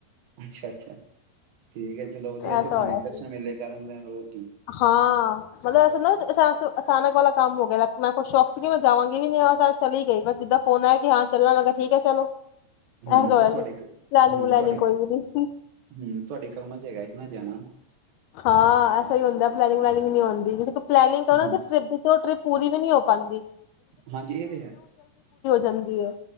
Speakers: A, on the right (about 60°); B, on the left (about 80°).
A: ਅੱਛਾ-ਅੱਛਾ, ਠੀਕ ਹੈ ਚਲੋ ਵਧੀਆ ਸੀਂ
B: ਐਸਾ
A: ਭਾਵੇਂ
B: ਹੋਇਆ
A: ਦਰਸ਼ਨ
B: ਸੀ
A: ਮੇਲੇ ਕਰਨ ਦਾ ਹੋਰ ਕੀ
B: ਹਾਂ ਮਤਲਬ, ਚਲੋ ਅਚਾਨਕ ਵਾਲਾ ਕੰਮ ਹੋ ਗਿਆ ਮੈਂ ਖੁਸ ਸ਼ੌਕ ਸੀਗੀ ਮੈਂ ਜਾਵਾਂਗੀ ਵੀ ਨ ਹ ਚਲੀ ਗਈ ਬਸ ਜਿੱਦਾਂ ਫੋਨ ਆਇਆ ਕਿ ਹਾਂ ਚੱਲਣਾ ਮੈਂ ਕਿਹਾ ਠੀਕ ਹੈ ਚਲੋ।
A: ਹੂੰ,
B: ਐਸਾ ਹੋਇਆ
A: ਉਹ ਤੁਹਾਡੇ
B: ਸੀ।
A: ਇੱਕ
B: ਪਲੈਨਿੰਗ
A: ਹੂੰ
B: ਵਲੈਨਿੰਗ
A: ਤੁਹਾਡੇ ਇੱਕ
B: ਕੋਈ
A: ਹੂੰ
B: ਵੀ ਨਹੀਂ ਸੀ।
A: ਤੁਹਾਡੇ ਕਮਾਂ ਚ ਹੈਗਾ। ਕਿਨਾ ਜਾਣਾ।
B: ਹਾਂ ਐਸਾ ਹੀ ਹੁੰਦਾ ਪਲੈਨਿੰਗ ਵਲੈਨਿੰਗ ਨਹੀਂ ਹੁੰਦੀ ਜਿ ਪਲੈਨਿੰਗ ਕਰਨਾ
A: ਹੂੰ
B: ਸੀ ਟਰਿਪ ਦੀ ਟਰਿਪ ਪੂਰੀ ਵੀ ਨਹੀਂ ਹੋ ਪਾਦੀ,
A: ਹਾਂਜੀ, ਇਹ ਤੇ ਹੈ
B: ਜਾਂਦੀ ਹੈ